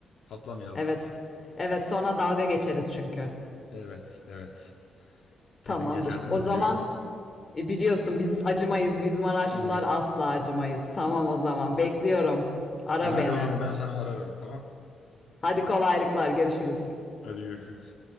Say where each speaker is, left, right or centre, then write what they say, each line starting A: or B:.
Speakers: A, on the left; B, on the left.
A: patlamayalım.
B: Evet. Evet sonra dalga geçeriz çünkü.
A: Evet, evet. Kesin
B: Tamamdır.
A: geçersiniz
B: O zaman
A: biliyorum.
B: E, Biliyorsun biz acımayız. Biz Maraşlılar
A: Evet.
B: asla acımayız. Tamam o zaman bekliyorum. Ara
A: E hadi
B: beni.
A: o zaman ben sana ararım tamam.
B: Hadi kolaylıklar görüşürüz.
A: Hadi görüşürüz.